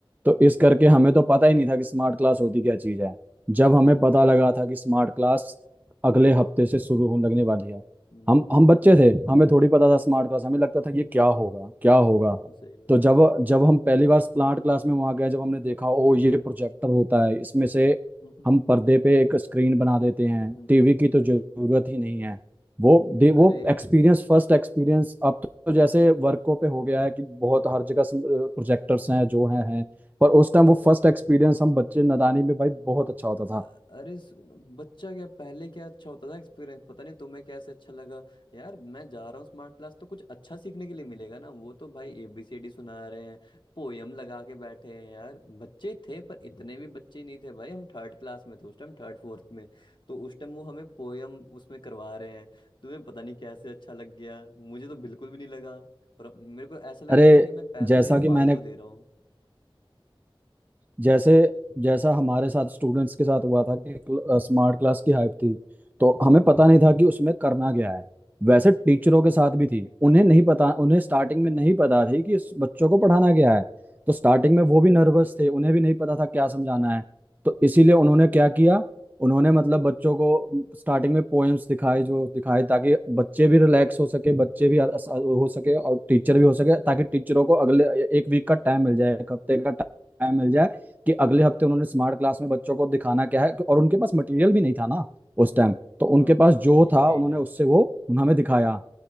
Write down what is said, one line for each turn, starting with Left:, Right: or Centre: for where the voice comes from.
Right: तो इस करके हमें तो पता ही नहीं था कि स्मार्ट क्लास होती क्या चीज़ है जब
Left: <laughs>
Right: हमें
Left: हम्म,
Right: पता लगा था कि स्मार्ट क्लास अगले हफ्ते से शुरू होने लगने वाली है
Left: हम्म,
Right: हम हम बच्चे
Left: हम्म, हम्म,
Right: थे हमें थोड़ी पता था स्मार्ट
Left: हम्म।
Right: क्लास हमें लगता था ये क्या होगा क्या होगा
Left: सही बात
Right: तो जब
Left: है
Right: जब हम पहली बार प्लांट क्लास में वहां गए जब हमने देखा ओ ये प्रोजेक्टर होता है इसमें से
Left: <laughs>
Right: हम पर्दे पे एक स्क्रीन बना देते हैं
Left: हम्म,
Right: टीवी की तो जरूरत ही नहीं है वो दे
Left: अरे
Right: वो एक्सपीरियंस फर्स्ट एक्सपीरियंस अब तो जैसे वर्कों पे हो गया है कि बहुत हर जगह प्रोजेक्टर्स हैं जो हैं हैं पर उस टाइम
Left: अरे
Right: वो फर्स्ट एक्सपीरियंस हम बच्चे नादानी में भाई बहुत अच्छा होता था
Left: अ- अरे स- बच्चा क्या पहले क्या अच्छा होता था एक्सपीरियंस पता नहीं तुम्हें कैसे अच्छा लगा यार मैं जा रहा हूँ स्मार्ट क्लास तो कुछ अच्छा सीखने के लिए मिलेगा ना वो तो भाई एबीसीडी सुना रहे हैं पोयम लगा के बैठे हैं यार बच्चे थे पर इतने भी बच्चे नहीं थे भाई हम थर्ड क्लास में थे उस टाइम थर्ड फोर्थ में तो उस टाइम वो हमें पोयम उसमें करवा रहे हैं तुम्हें पता नहीं कैसे अच्छा लग गया मुझे तो बिल्कुल भी नहीं लगा और मेरे को ऐसा लग
Right: अरे
Left: रहा था कि मैं पैसे
Right: जैसा कि
Left: फालतू
Right: मैंने
Left: दे रहा हूँ
Right: जैसे जैसा हमारे साथ स्टूडेंट्स के साथ हुआ था कि स्मार्ट क्लास की हाइप थी तो हमें पता नहीं था कि उसमें करना क्या है वैसे टीचरों के साथ भी थी उन्हें नहीं पता उन्हें स्टार्टिंग में नहीं पता थी कि इस बच्चों को पढ़ाना क्या है तो स्टार्टिंग में वो भी नर्वस थे उन्हें भी नहीं पता था क्या समझाना है तो इसीलिए उन्होंने क्या किया उन्होंने मतलब बच्चों को स्टार्टिंग में पोएम्स दिखाए जो दिखाए ताकि बच्चे भी रिलैक्स हो सके बच्चे भी अस- हो सके और टीचर भी हो सके ताकि टीचरों को अगले एक वीक
Left: हम्म,
Right: का टाइम मिल जाए एक हफ्ते का टाइम मिल जाए कि अगले हफ्ते उन्होंने स्मार्ट क्लास में बच्चों को दिखाना क्या है और उनके पास मटेरियल भी नहीं था ना उस टाइम तो
Left: हाँ
Right: उनके पास जो
Left: ये
Right: था
Left: भी
Right: उन्होंने
Left: है
Right: उससे वो हमें दिखाया